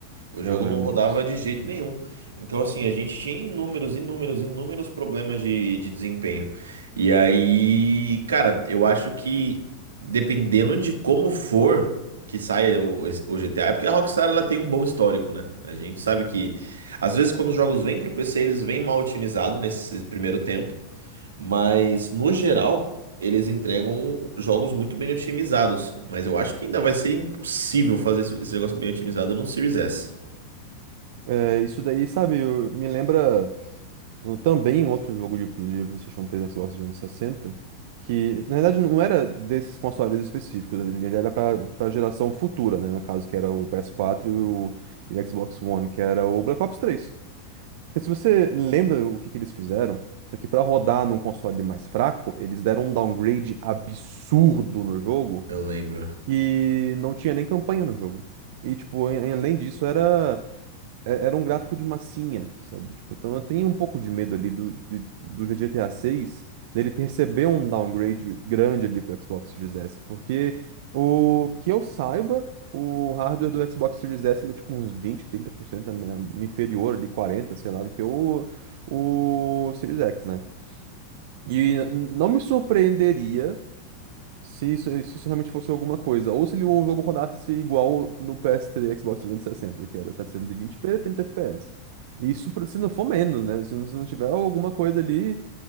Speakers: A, on the right; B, on the right.
A: O
B: Eu
A: jogo
B: lembro
A: não rodava
B: disso.
A: de jeito
B: Uhum.
A: nenhum. Então, assim, a gente tinha inúmeros, inúmeros, inúmeros problemas de, de desempenho. E aí, cara, eu acho que dependendo de como for que saia o, esse- o GTA, é porque a Rockstar ela tem um bom histórico, né? A gente sabe que, às vezes, quando os jogos vêm pro PC, eles vêm mal otimizados nesse primeiro tempo. Mas, no geral, eles entregam jogos muito bem otimizados. Mas eu acho que ainda vai ser impossível fazer isso- esse negócio bem otimizado no Series S.
B: É, isso daí, sabe, eu- me lembra uh, também outro jogo de, de PlayStation 3 e Xbox 360 que na verdade não era desses consoles específicos, ele ele era para a geração futura, né? No caso, que era o ps quatro e o, e o Xbox One, que era o Black Ops três Porque se você lembra o que, que eles fizeram, só que para rodar num console mais fraco, eles deram um downgrade absurdo no jogo
A: Eu lembro.
B: que não tinha nem campanha no jogo. E, tipo, em- além disso, era. é- era um gráfico de massinha, sabe? Tipo, então eu tenho um pouco de medo ali do, do, do GTA 6 dele ter receber um downgrade grande ali pro Xbox Series S, porque o que eu saiba, o hardware do Xbox Series S ele é tipo uns 20, 30% a me- inferior ali, 40, sei lá, do que o, o Series X, né? E n- não me surpreenderia se isso, se isso realmente fosse alguma coisa. Ou se ele- o jogo rodasse igual no PS3 e Xbox 360, que era 720p, 30 FPS. Isso pra- se não for menos, né? Se não, se não tiver alguma coisa ali.